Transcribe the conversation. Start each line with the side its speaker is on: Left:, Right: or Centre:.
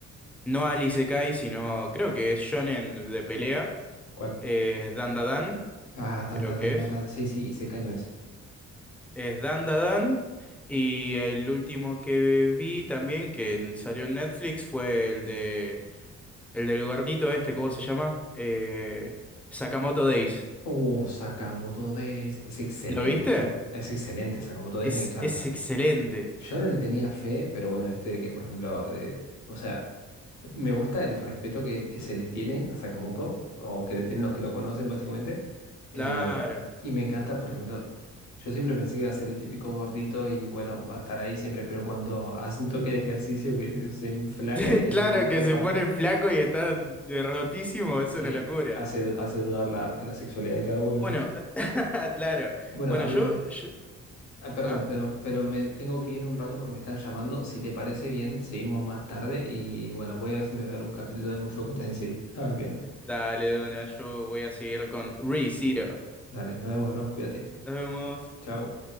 Centre: no al Isekai, sino creo que es Shonen de pelea,
Left: ¿Cuál?
Centre: eh, Dandadan,
Left: Ah, tan,
Centre: creo
Left: tan,
Centre: que
Left: tan, tan,
Centre: es.
Left: tan. Sí, sí, y Isekai no es.
Centre: Es Dandadan. Y el último que vi también, que salió en Netflix, fue el de, el del gordito este, ¿cómo se llama? Eh, Sakamoto Days.
Left: Oh, Sakamoto Days. Es excelente.
Centre: ¿Lo viste?
Left: Es excelente, Sakamoto Days
Centre: Es,
Left: me encanta.
Centre: es excelente.
Left: Yo no le tenía fe, pero bueno, este de que, por ejemplo, eh, o sea, Me gusta el respeto que, que se le tiene a Sakamoto, o que le tienen los que lo conocen, básicamente.
Centre: Claro.
Left: eh, y me encanta, por ejemplo, yo siempre pensé que iba a ser el típico gordito y bueno, va a estar ahí siempre, pero cuando hace un toque de ejercicio que se enflaca
Centre: <laughs>
Left: ahí en
Centre: Claro que
Left: la
Centre: se
Left: pata,
Centre: pone flaco y está derrotísimo, es una
Left: que,
Centre: locura.
Left: que hace, hace dudar la, de la sexualidad de cada uno,
Centre: Bueno,
Left: ¿viste?
Centre: <laughs> claro.
Left: Bueno,
Centre: Bueno,
Left: amigo,
Centre: yo, yo-
Left: ah, perdón,
Centre: ¿Ah?
Left: pero, pero me tengo que ir un rato porque me están llamando. Si te parece bien, seguimos más tarde y bueno, voy a ver si me veo algún capítulo de Mushoku Tensei. <laughs> A ver qué onda.
Centre: Dale, Dona, yo voy a seguir con ReZero.
Left: Dale, nos vemos, bro. Cuídate.
Centre: Nos vemos.
Left: Chao.